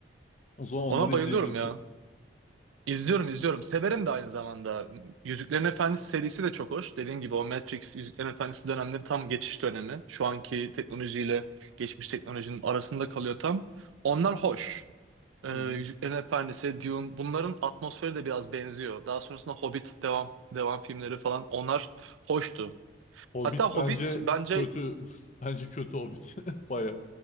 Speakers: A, on the left (about 40°); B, on the right (about 90°).
A: O zaman onları
B: Ona bayılıyorum
A: izleyebiliyorsun.
B: ya. İzliyorum izliyorum. Severim de aynı zamanda. Yüzüklerin Efendisi serisi de çok hoş. Dediğim gibi o Matrix Yüzüklerin Efendisi dönemleri tam geçiş dönemi. Şu anki teknolojiyle geçmiş teknolojinin arasında kalıyor tam. Onlar hoş. Ee,
A: Hı
B: Yüzüklerin
A: hı.
B: Efendisi, Dune bunların atmosferi de biraz benziyor. Daha sonrasında Hobbit devam devam filmleri falan onlar hoştu.
A: Hobbit
B: Hatta Hobbit
A: bence
B: bence
A: kötü. <laughs> Bence kötü Hobbit. <laughs> Baya.